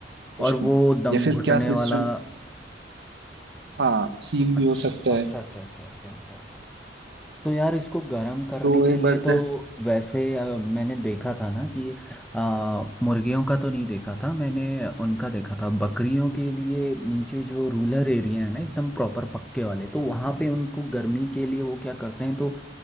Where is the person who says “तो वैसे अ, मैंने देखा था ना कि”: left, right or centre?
Centre